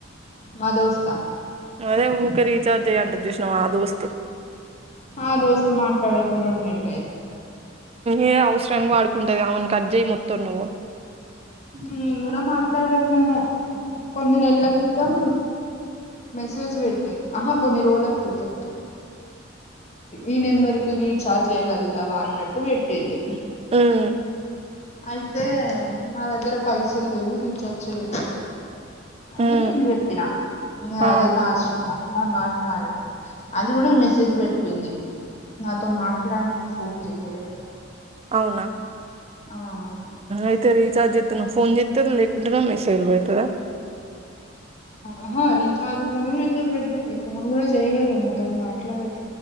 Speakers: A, on the left; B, on the right.
A: మా దోస్త
B: అదే ఊకే రీచార్జ్ చేయ్యంటా అది చూసినావా దోస్త్
A: ఆ దోస్తత్ మాట్లాడక రుణెల్యియ్
B: ఏ అవసరానికి వాడుకుంట అది ఆవును కడ్ జేయి మొత్తం నువ్వు ఉమ్
A: నేను కూడా మాట్లాడట్లేను కొన్ని నెలల క్రితం మెసేజ్ పెట్ ఆహా కొన్ని రోల క్రితంమ్ ఈ నెంబర్ కి రీఛార్జ్ చేయ్యగలుగుతావా అన్న అట్టు పెట్టి ఇంది
B: ఉమ్
A: అయితే నా దగ్గర పైసలు లేవు రీచార్జ్ చేయను అని
B: ఉమ్
A: నేను చెప్పినా
B: ఆ
A: అదే లాస్ట్ నేను మాట్లాడలే అది కూడా మెసేజ్ పెట్టింది నాతో మాట్లాడనికి ఫోన్ చెయ్యలే
B: అవునా
A: ఆ అవును
B: అయితే రీచార్జ్ <unintelligible> ఫోన్ <unintelligible> లేకుంటానే మెసేజ్ లు పెడతాడదా
A: ఆహా రీచార్జ్ కేన్ మెసేజ్ పెట్టింది ఫోన్ కూడా చేయలే ఈమే తోని మాట్లాడను